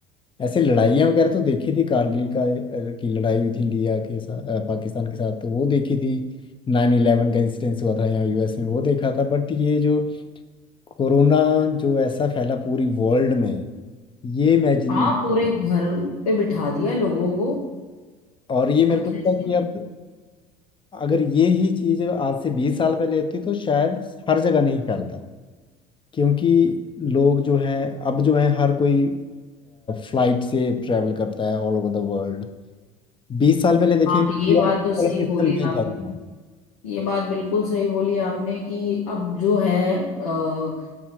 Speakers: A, on the left; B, on the left.
A: ऐसे लड़ाइयाँ वगैरह तो देखी थी कारगिल का अ, की लड़ाई हुई थी इंडिया के साथ अ, पाकिस्तान के साथ तो वो देखी थी नाइन इलेवन का इंसिडेंस हुआ था यहाँ यूएस में वो देखा था बट ये जो कोरोना जो ऐसा फैला पूरी वर्ल्ड में ये इमेजिन
B: हाँ
A: नहीं किया
B: पूरे घर पे बिठा दिया लोगों को
A: था। और ये मेरे
B: अच्छे
A: को लगता
B: से
A: है कि अब अगर ये ही चीज़ आज से बीस साल पहले होती तो शायद हर जगह नहीं फैलता क्योंकि लोग जो हैं अब जो हैं हर कोई फ्लाइट से ट्रैवल करता है ऑल ओवर द वर्ल्ड बीस साल पहले देखें
B: हाँ
A: तो
B: ये
A: वाला
B: बात तो सही
A: सिस्टम
B: बोली
A: नहीं
B: आपने
A: था उतना।
B: ये बात बिल्कुल सही बोली आपने कि अब जो है अ,